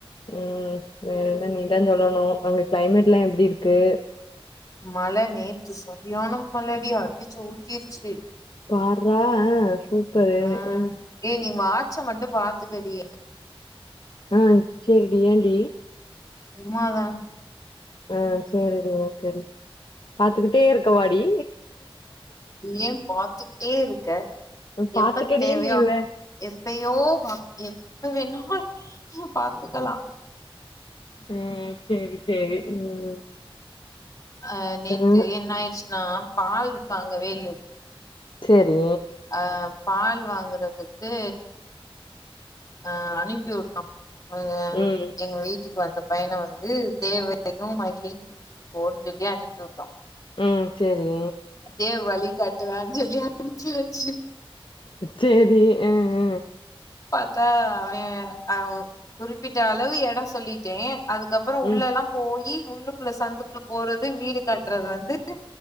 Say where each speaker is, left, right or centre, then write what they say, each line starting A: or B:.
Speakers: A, on the left; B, on the left.
A: ம் வேற என்ன நீதா சொல்லணு அங்க கிளைமேட் எல்லா எப்டி இருக்கு
B: மழ நேத்து சரியான மழ டி அடிச்சி ஊத்திருச்சு
A: பார்ரா அ சூப்பரு
B: ம்
A: அ
B: ஏ நீ வாச்ச மட்டு பாத்துக்கடி
A: அ சேரிடி ஏன்டி
B: சும்மாதா
A: அ சேரி டி ஓகேடி பாத்துக்கிட்டே இருக்க வாடி
B: ஏ பாத்துக்கிட்டே இருக்க
A: பாத்துக்கடின்னு
B: எப்ப தேவையோ
A: இல்ல
B: அப் எப்பயோ வா எப்ப வேணாலு பாத்துக்கலா
A: ம் சேரி சேரி ம்
B: அ நேத்து
A: ம்
B: என்ன ஆயிடுச்சுனா பால் வாங்கவே இல்லடி
A: செரி
B: அ பால் வாங்குறதுக்கு ஆ அனுப்பி வுட்டோ அது
A: ம்
B: எங்க வீட் ட்டுக்கு வந்த பையன வந்து தேவையு மகிழையு கூட்டிட்டு போன் சொல்லி அனுப்பி வுட்டோ
A: ம் செரி
B: தேவ் வழி காட்டுவான் சொல்லி அனுப்ச்சு வச்சு
A: சேரி அ அ
B: பாத்தா அவெ அ குறிப்பிட்ட அளவு எடோ சொல்லிட்டே அதுக்கப் அப்பற உள்ள
A: ம்
B: எல்லா போயி உள்ளுக்குள்ள சந்துக்குள்ள போறது வீடு கட்டுறதுலந்து து